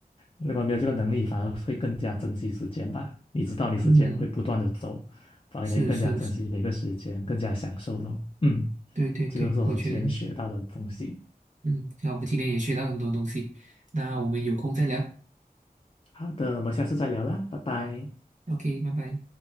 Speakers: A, on the left (about 35°); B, on the right (about 50°).
A: 如果没有这个能力，反而会更加珍惜时间吧。你知道你时间会不断的走，
B: 嗯，
A: 反而你会更加珍惜每个时间，
B: 是是是，
A: 更加享受咯。嗯，
B: 对对对，
A: 这个是我今天学到的东西。
B: 我觉得嗯，那我今天也学到很多东西，那我们有空再聊
A: 好的，我们下次再聊啦，拜拜。
B: ，OK，拜拜。